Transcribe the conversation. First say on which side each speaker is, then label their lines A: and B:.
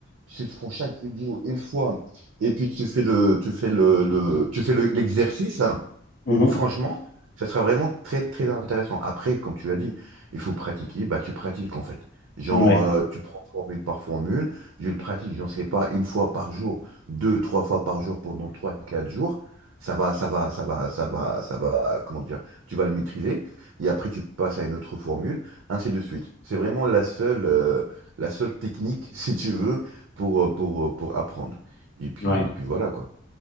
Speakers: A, on the right; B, on the left.
A: si tu prends chaque vidéo une fois et puis tu fais le, tu fais le, le- tu fais le- l'exercice. hein,
B: Mhm.
A: Franchement, ça sera vraiment très très intéressant. Après, comme tu as dit, il faut pratiquer, bah tu pratiques en fait. Genre,
B: Ouais.
A: euh, tu prends formule par formule, je le pratique, j'en sais pas, une fois par jour, deux, trois fois par jour pendant trois, quatre jours. Ça va, ça va, ça va, ça va, ça va, comment dire, tu vas le maîtriser. Et après, tu passes à une autre formule, ainsi de suite. C'est vraiment la seule, euh, la seule technique, <laughs> si tu veux, pour, euh, pour, euh, pour apprendre. Et puis,
B: Ouais.
A: et puis voilà, quoi.